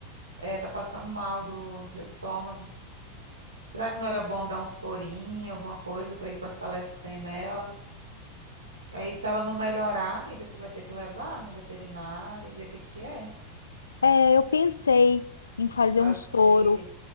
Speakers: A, on the right; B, on the left.
A: É, tá passando mal do, do estômago. Será que não era bom dar um sorinho, alguma coisa pra ir fortalecendo ela? Aí, se ela não melhorar, amiga, você vai ter que levar no veterinário, ver o que que é.
B: É, eu pensei em fazer
A: Fazer.
B: um soro,